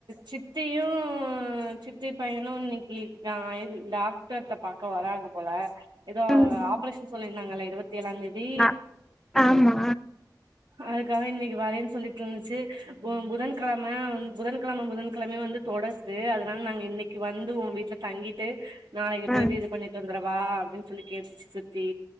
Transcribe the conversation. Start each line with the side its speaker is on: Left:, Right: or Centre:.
Right: சித்தியு சித்தி பையனு இன்னிக்கு இருக்கா இருந்தா டாக்டர் பாக்க வராங்க போல ஏதோ
Centre: ம் ம்
Right: ஆப்ரேஷன் சொல்லிருந்தாங்கள இருவத்தி ஏழாந் தேதி
Centre: ஆ ஆமா
Right: அதுக்காக இன்னிக்கு வரேன் சொல்லிட்டு இருந்துச்சு புதன்கெழம புதன் கெழம புதன்கெழம வந்து தொடர் ந்து அதனால நாங்க இன்னிக்கு வந்துருவோ வீட்ல தங்கிட்டு நாளைக்கு
Centre: ஆ
Right: போயிட்டு இது பண்ணிட்டு வந்துருவா வா அப்டின் சொல்லி கேட்டுச்சு சித்தி